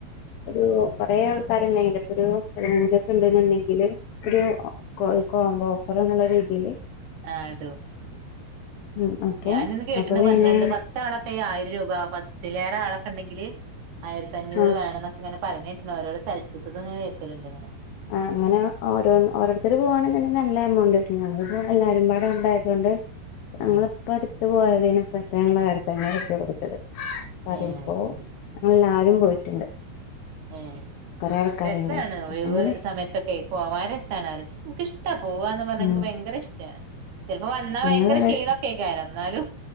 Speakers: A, on the left; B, on the right.
A: ഒരു. കുറെ ആള്ക്കാരുണ്ടെങ്കില് ഇപ്പൊ ഒരു പതിനഞ്ചൊക്കെ ഉണ്ടെന്നുണ്ടെങ്കില് ഒരു
B: ആ
A: കോ കോമ്പോ ഓഫർയെന്നുള്ള രീതില്.
B: ആടും.
A: ഉം അപ്പൊ
B: ഞാനിന്ന് കേട്ടിന്ന്
A: അപ്പൊ പിന്നെ
B: പന്ത്രണ്ട് പത്താളൊക്കെ ആയിരം രൂപ പത്തിലേറെ ആളൊക്കെ ഉണ്ടെങ്കില്. ആയിരത്തി അഞ്ഞൂറ്
A: ആഹ്
B: വേണം എന്നക്കെങ്ങനെ പറഞ്ഞിട്ടുണ്ട് ഓരോരോ സ്ഥലത്തത്തെ ഇങ്ങെ കേൾക്കലുണ്ട് ഇങ്ങനെ.
A: ആഹ് അങ്ങനെ ഓരോ ഓരോരുത്തര് പോകവാണെന്നുണ്ടെങ്കി നല്ല എമൗണ്ട് വരും ഞങ്ങപ്പോ എല്ലാരും പാടേ ഉണ്ടായതുകൊണ്ട്. ഞങ്ങളിപ്പോ
B: ഉം
A: അടുത്ത പോയതിനെപ്പത്തെ ഞങ്ങള് ആയിരത്തി അഞ്ഞൂറ് റുപ്യേ കൊടുത്തത്. പറയുമ്പോ
B: ഏ ശരി
A: ഞങ്ങ എല്ലാരും പോയിട്ടുണ്ട്.
B: ങേ
A: കൊറേ ആൾക്കാരുണ്ടായിരുന്നു
B: രസാണ് വേ
A: അപ്പൊ
B: ഇതുപോലൊരു
A: അങ്ങനെ
B: സമയത്തക്കെ പോകവാൻ രസമാണ് അറി എനക്ക് ഇഷ്ട പോവന്ന് പറഞ്ഞാ
A: ഉം
B: എനിക്ക് ഭയങ്കര ഇഷ്ടമാണ്. ചിലപ്പോ വന്നാ ഭയങ്കര
A: ഞങ്ങളവിടെ
B: ക്ഷീണൊക്കെയായ്ക്കാരം ആ എന്നാലും.